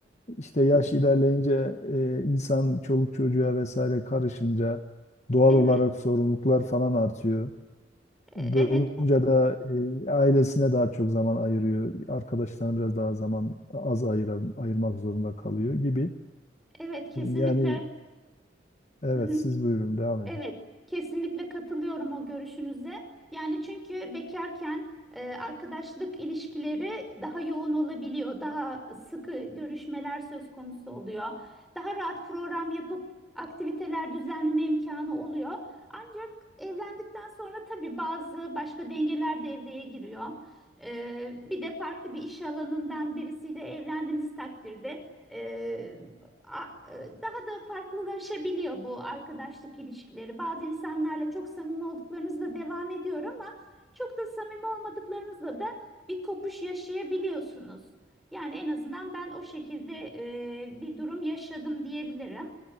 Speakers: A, on the left (about 40°); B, in the centre.
A: işte yaş ilerleyince e, insan çoluk çocuğa vesaire karışınca doğal
B: Evet.
A: olarak sorumluluklar falan artıyor.
B: E,
A: Böyle
B: Evet,
A: olunca da e, ailesine daha çok zaman ayırıyor. Arkadaşlarına biraz daha zaman az ayıra, ayırmak zorunda kalıyor gibi.
B: evet kesinlikle.
A: Yani evet
B: Hı hı.
A: siz buyurun devam edin.
B: Evet, kesinlikle katılıyorum o görüşünüze. Yani çünkü bekarken e, arkadaşlık ilişkileri daha yoğun olabiliyor, daha sıkı görüşmeler söz konusu oluyor. Daha rahat program yapıp aktiviteler düzenleme imkanı oluyor. Ancak evlendikten sonra tabii bazı başka dengeler devreye giriyor. E, bir de farklı bir iş alanından birisiyle evlendiğiniz takdirde. e, a- e, daha da farklılaşabiliyor bu arkadaşlık ilişkileri. Bazı insanlarla çok samimi olduklarınızla devam ediyor ama çok da samimi olmadıklarınızla da bir kopuş yaşayabiliyorsunuz. Yani en azından ben o şekilde e, bir durum yaşadım diyebilirim.